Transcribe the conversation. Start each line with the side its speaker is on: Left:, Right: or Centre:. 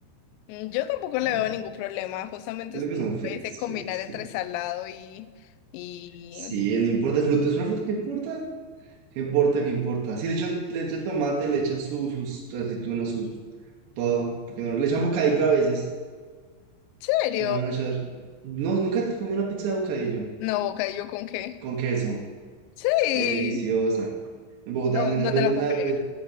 Left: Mm, Yo tampoco le
Right: Mm,
Left: veo ningún problema, justamente
Right: Yo
Left: es
Right: creo que
Left: como
Right: son fictis,
Left: ese combinar
Right: fictis,
Left: entre
Right: fictis.
Left: salado y... Y,
Right: Sí, no importa el fruto, es una fruta que importa. ¿Qué importa, qué importa? Sí, le echan, le echan tomate, le echan sus, sus aceitunas, sus todo. Porque no, le echan bocadillo a veces,
Left: serio?
Right: porque no le van a echar. No, nunca te comí una pizza de bocadillo
Left: No, boca, ¿y yo con qué?
Right: con queso.
Left: Sí.
Right: Deliciosa. En Bogotá
Left: No,
Right: venden
Left: no
Right: esa, venden
Left: te la puedo
Right: una...
Left: creer.
Right: ven-